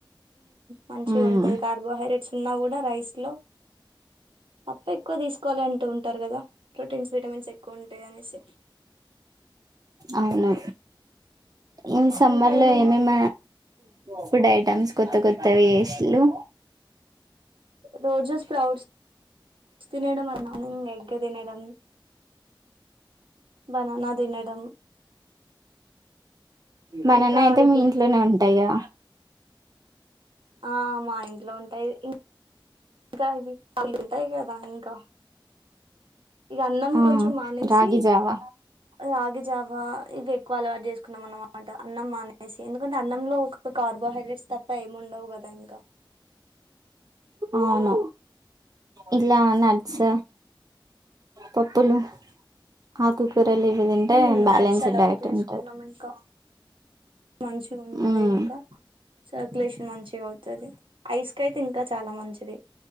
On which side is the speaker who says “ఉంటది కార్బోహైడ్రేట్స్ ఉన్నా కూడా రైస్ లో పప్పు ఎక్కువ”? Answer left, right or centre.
Right